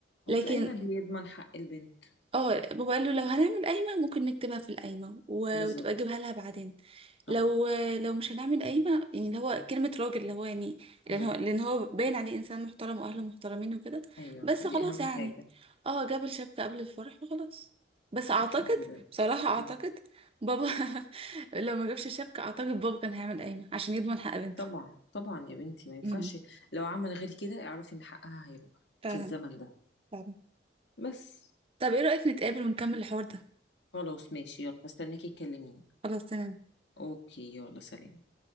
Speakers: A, on the right; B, on the left.
A: لكن
B: هو القايمة بيضمن حق البنت
A: اه بابا قال له لو هنعمل قايمة ممكن نكتبها في القايمة و-
B: بالظبط
A: وتبقى اجيبها لها بعدين
B: صح
A: لو لو مش هنعمل قايمة يعني اللي هو كلمة راجل اللي هو يعني لأن
B: مم.
A: هو لأن هو باين عليه إنسان محترم وأهله محترمين وكده
B: أيوه
A: بس
B: دي
A: خلاص
B: أهم
A: يعني
B: حاجة
A: اه جاب الشبكة قبل الفرح وخلاص بس
B: طب
A: أعتقد
B: الحمد لله
A: بصراحة أعتقد
B: مم.
A: بابا <laughs> لو ما جابش الشبكة أعتقد بابا كان هيعمل قايمة عشان يضمن حق بنته
B: طبعا طبعا يا بنتي ما ينفعش
A: امم
B: لو عمل غير كده اعرفي إن حقها هيروح
A: فعلا
B: في الزمن ده
A: فعلا
B: بس
A: طب ايه رأيك نتقابل ونكمل الحوار ده
B: خلاص ماشي يلا استناكي تكلميني
A: خلاص تمام
B: اوكي يلا سلام